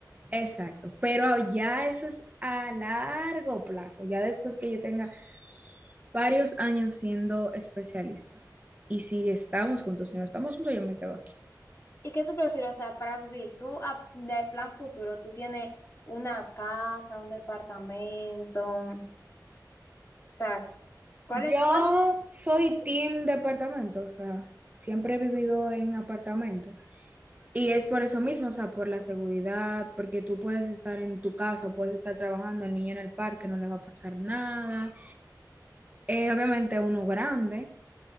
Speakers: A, on the right; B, on the left.
A: Exacto, pero ya eso es a largo plazo, ya después que yo tenga varios años siendo especialista. Y si estamos juntos, si no estamos juntos, yo me quedo aquí.
B: ¿Y qué tú prefieres, o sea, para vivir? Tú, a- de plan futuro, tú tienes una casa, un departamento, o sea, ¿cuál
A: Yo
B: es, cuál
A: soy
B: es tu pri-
A: team departamento, o sea, siempre he vivido en apartamento. Y es por eso mismo, o sea, por la seguridad, porque tú puedes estar en tu casa, puedes estar trabajando, el niño en el parque, no le va a pasar nada. Eh, obviamente uno grande,